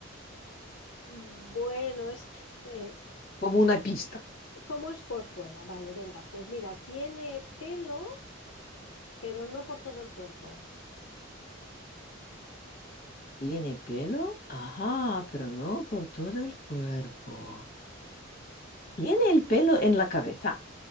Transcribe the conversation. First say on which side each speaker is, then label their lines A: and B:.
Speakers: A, on the left (about 85°); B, on the left (about 50°).
A: bueno, es que,
B: como una pista.
A: <laughs> ¿cómo es por fuera? Vale, venga, pues mira, tiene pelo, pero no por todo el cuerpo.
B: ¿Tiene pelo? Ajá, pero no por todo el cuerpo. ¿Tiene el pelo en la cabeza?